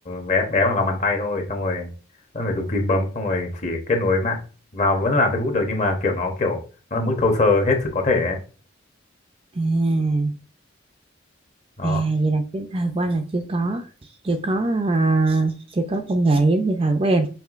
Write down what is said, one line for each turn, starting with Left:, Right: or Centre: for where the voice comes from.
Left: bé bé bằng lòng bàn tay thôi xong rồi vẫn phải dùng phím bấm xong rồi chỉ kết nối mạng vào vẫn là Facebook được nhưng mà kiểu nó kiểu nó ở mức thô sơ hết sức có thể ấy
Right: à,
Left: đó
Right: à vậy là cái thời của anh là chưa có chưa có à, chưa có công nghệ giống như thời của em